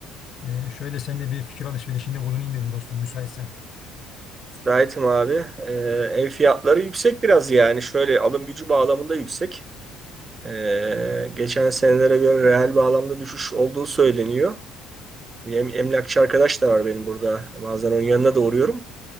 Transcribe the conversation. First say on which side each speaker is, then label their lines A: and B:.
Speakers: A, on the left; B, on the right.
A: E, şöyle seninle bir fikir alışverişinde bulunayım dedim dostum müsaitsen.
B: müsaitim abi. Ee, ev fiyatları yüksek biraz yani. Şöyle alım gücü bağlamında yüksek. Ee, geçen senelere göre reel bağlamda düşüş olduğu söyleniyor. Bir em- emlakçı arkadaş da var benim burada. Bazen onun yanına da uğruyorum.